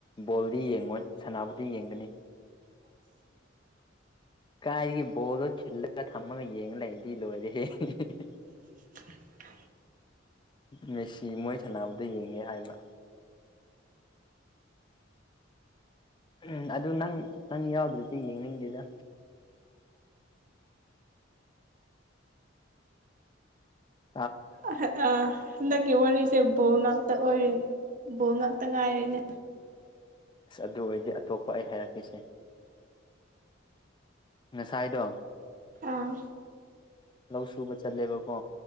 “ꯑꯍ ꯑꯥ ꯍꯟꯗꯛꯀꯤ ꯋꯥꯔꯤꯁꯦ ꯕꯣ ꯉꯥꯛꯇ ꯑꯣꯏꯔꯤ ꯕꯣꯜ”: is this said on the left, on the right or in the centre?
Right